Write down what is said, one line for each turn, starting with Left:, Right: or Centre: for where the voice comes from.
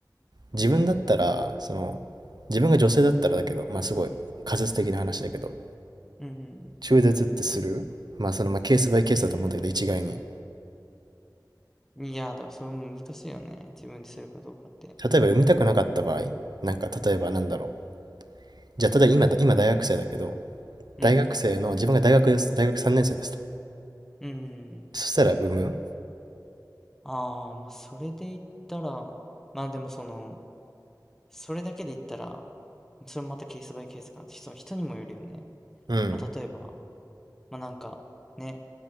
Right: 自分だったら、その、自分が女性だったらだけど、まあすごい仮説的な話だけど、
Centre: うん。
Right: 中絶ってするまあその、まあケースバイケースだと思うんだけど、一概に。
Centre: うん。いや、だからそれも難しいよね。自分でするかどうかって。
Right: 例えば読みたくなかった場合、なんか例えばなんだろう。じゃあ、例えば今だ、今大学生だけど、
Centre: うん。
Right: 大学生の、自分が大学です、大学3年生ですと。
Centre: うん。
Right: そしたら産む
Centre: ああ、まあ、それで言ったら、まあでもその、それだけで言ったら、それもまたケースバイケースかなその人にもよるよね。
Right: うん。
Centre: まあ例えば、まあなんか、ね、